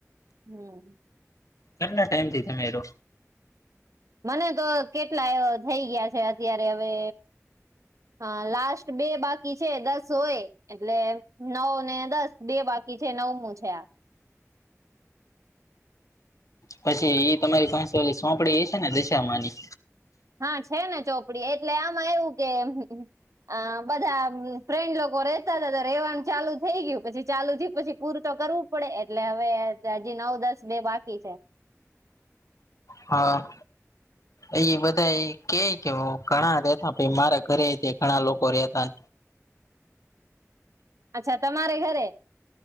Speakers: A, on the right; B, on the left.
A: હમ્મ.
B: કેટલા ટાઈમ થી તમે રો
A: મને તો કેટલાય અ થઈ ગયા શે અત્યારે હવે હા લાસ્ટ બે બાકી છે દસ હોય એટલે નવ ને દસ બે બાકી છે નવમું છે આ
B: પછી એ તમારી સોંપડી ને દશામાંની
A: હા છે ને ચોપડી એટલે આમાં એવું કે આ બધા ફ્રેન્ડ લોકો રેતા હતા તો રહેેવાનું ચાલુ થઈ ગયું પછી ચાલુ થી પછી પૂર તો કરવું પડે એટલે હવે હજી નવ દસ બે બાકી છે.
B: હા. એ બધા એ કે કે હ ઘણા રેતા પે મારા ઘરે ઘણા લોકો રેતા
A: અચ્છા તમારે ઘરે